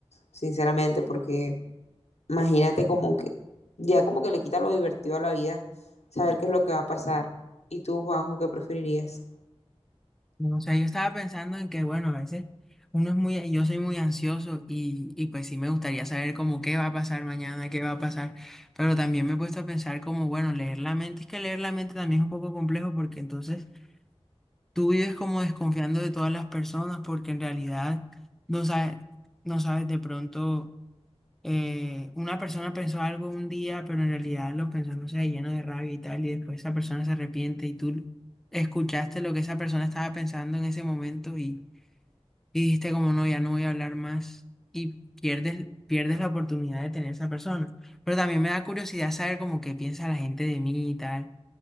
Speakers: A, on the left (about 90°); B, in the centre.
A: sinceramente, porque imagínate como que, ya como que le quita lo divertido a la vida, saber qué es lo que va a pasar. ¿Y tú, Juanjo, qué preferirías?
B: No, o sea, yo estaba pensando en que, bueno, a veces uno es muy, yo soy muy ansioso y, y pues sí me gustaría saber como qué va a pasar mañana, qué va a pasar, pero también me he puesto a pensar como, bueno, leer la mente, es que leer la mente también es un poco complejo porque entonces tú vives como desconfiando de todas las personas porque en realidad no sabes, no sabes de pronto eh, una persona pensó algo un día, pero en realidad lo pensó, no sé, lleno de rabia y tal, y después esa persona se arrepiente y tú escuchaste lo que esa persona estaba pensando en ese momento y, y dijiste como no, ya no voy a hablar más y pierdes, pierdes la oportunidad de tener esa persona. Pero también me da curiosidad saber como qué piensa la gente de mí y tal.